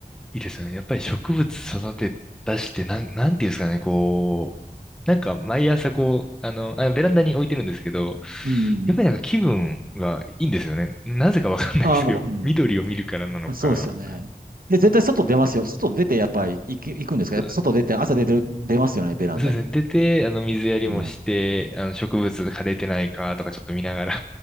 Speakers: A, in the centre; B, on the right.
A: いいですよね。やっぱり植物育て出して、なん、なんていうんですかね、こう、なんか毎朝こう、あの、あベランダに置いてるんですけど、
B: うん。
A: やっぱりなんか気分がいいんですよね。なぜかわかんないですけど、
B: ああ、もううん。
A: <laughs> 緑を見るからなのか。
B: そうですよね。で、絶対外出ますよ。外出て、やっぱり行く、行くんですかやっぱ外出て、
A: そそ
B: 朝出てる、出ますよね、ベランダに。
A: うですね。出て、あの、水やりもして、
B: うん
A: あの、植物枯れてないかとかちょっと見ながら